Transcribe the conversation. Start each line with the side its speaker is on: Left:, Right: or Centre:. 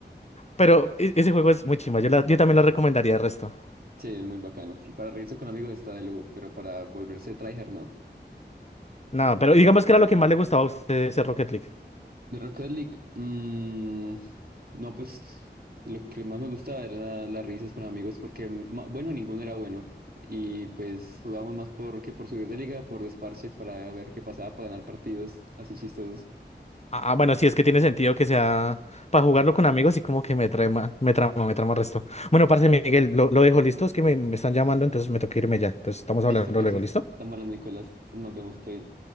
Left: pero e- ese juego es muy chimba, yo, la- yo también lo recomendaría el resto.
Right: Sí, es muy bacano. Para reírse con amigos está de lujo, pero para volverse tryhard no.
Left: No, pero digamos que era lo que más le gustaba a usted de ese Rocket League.
Right: De Rocket League, mm, no, pues lo que más me gustaba era las risas con amigos porque, ma- bueno, ninguno era bueno. Y pues jugábamos más por que por subir de liga, por desparche, para ver qué pasaba, para ganar partidos así chistosos.
Left: Ah, ah, bueno, sí, es que tiene sentido que sea para jugarlo con amigos y como que me trama, me trama, me trama resto. Bueno, parce Miguel, lo, lo dejo listo, es que me, me están llamando, entonces me toca irme ya. Entonces estamos hablando
Right: Listo, parce,
Left: luego,
Right: estamos
Left: ¿listo?
Right: hablando, Nicolás. Nos vemos, todo bien.